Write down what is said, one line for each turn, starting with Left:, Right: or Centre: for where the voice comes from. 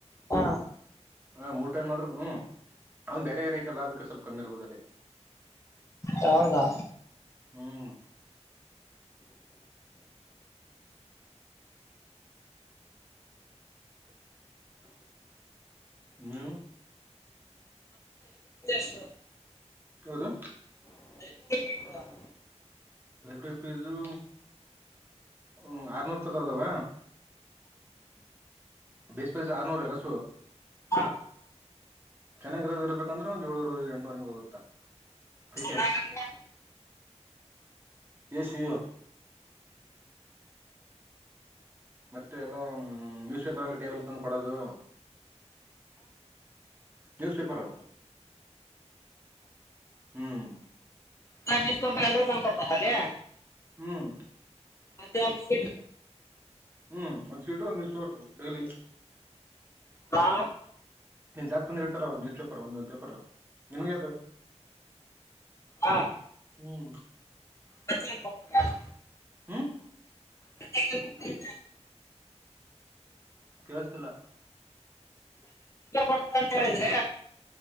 Left: ಹಾ
Right: ಹ ಮೂ ಟೈಮ್ ಮಾತ್ರ ಹ್ಮ ಅವನ್ ಬೇರೆ ರೈತಲ್ಲ ಅದಕ್ಕೆ ಸ್ವಲ್ಪ ಕಮ್ಮಿ ಇರ್ಬೋದಲ್ಲೇ
Left: ಹೌದಾ
Right: ಹ್ಮ್ ನೀ
Left: ಷ್ಟ
Right: ಯದು
Left: ನ
Right: ಲೈಬ್ರೇರಿ ಪೇಜು ಹ್ಮ ಆರ್ನೂರು ರಪತ್ೌದಾವ ಬಸ್ ಬೈಸ ಆರನೂರು ಎಲ್ಲ ಸು
Left: ಹಾ
Right: ಚೆನ್ನಾಗಿರೋದ ಇರಬೇಕಂದ್ರೆ ಒಂದ್ ಏಳೂರು ಎಂಟನೂರು ನಿಂಗ ಹೋಗುತ್ತಾ ಹೈ
Left: ಚನ್ನಾಗಂದ
Right: ಎಷ್ಟ ಮತ್ತೆ ಎಲ್ಲ ನ್ಯೂಸ್ ಪೇಪರ್ ಎಲ್ಲ ಟೇಬಲ್ ತಂದು ಕೊಡೋದು ನ್ಯೂಸ್ ಪೇಪರು ಹ್ಮ್
Left: <unintelligible> ಎಲ್ರೂ ತಂದ್ಕೊಡ್ತಾರ ಅಲ್ಲಿ
Right: ಹ್ಮ್
Left: ಅದನ್ಸ
Right: ಹ್ಮ್ ಒಂದ್ ಸೀಟ ಒಂದ್ ದ ಡೈಲಿ
Left: ಹಾ
Right: ನೀನ್ ಜಾಕ್ ಬಂದಿ ಇರ್ತಾರ ನ್ಯೂಸ್ ಪೇಪರ್ ಒಂದೊಂದ್ ಪೇಪರ್ ನಿಮಗೆ ಅ್ದು
Left: ಹಾ
Right: ಹ್ಮ್
Left: ಮತ್ತೆ ಏನ್ ಕೊಡ್ತಾರೆ
Right: ಹ್ಮ್
Left: ಮತ್ತೆ ಏನ್ ಕೊಡ್ತಾರೆ
Right: ಕವಸ್ತಲ್ಲ
Left: ಡ್ತಂತ ಹೇಳಿದ್ರೆ